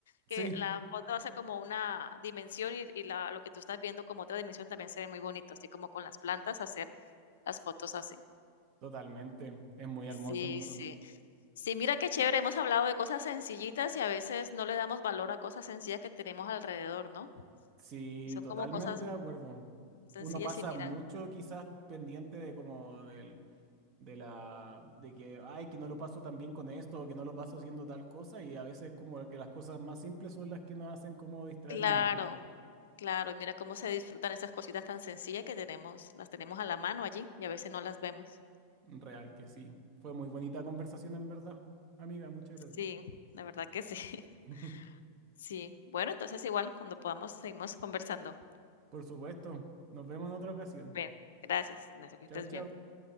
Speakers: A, on the right; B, on the left.
A: Sí,
B: que la foto hace como una dimensión y y la lo que tú estás viendo como otra dimensión también se ve muy bonito, así como con las plantas hacer las fotos así.
A: totalmente. Es muy hermoso,
B: Sí,
A: en verdad.
B: sí. Sí, mira qué chévere, hemos hablado de cosas sencillitas y a veces no le damos valor a cosas sencillas que tenemos alrededor, ¿no?
A: Sí,
B: Y son
A: totalmente
B: como cosas
A: de acuerdo.
B: sencillas
A: Uno pasa
B: y mira
A: mucho quizás pendiente de como del, de la, de que, ay, que no lo paso tan bien con esto, o que no lo paso haciendo tal cosa, y a veces como que las cosas más simples son las que nos hacen como distraernos
B: claro.
A: más.
B: Claro, y mira cómo se disfrutan esas cositas tan sencillas que tenemos, las tenemos a la mano allí y a veces no las vemos.
A: Real que sí. Fue muy bonita conversación, en verdad. Amiga, muchas gracias.
B: Sí, la verdad que sí. <laughs>
A: <laughs>
B: Sí. Bueno, entonces igual cuando podamos seguimos conversando.
A: Por supuesto. Nos vemos en otra ocasión.
B: Bien, gracias, gracias, que
A: Chao,
B: estés
A: chao.
B: bien.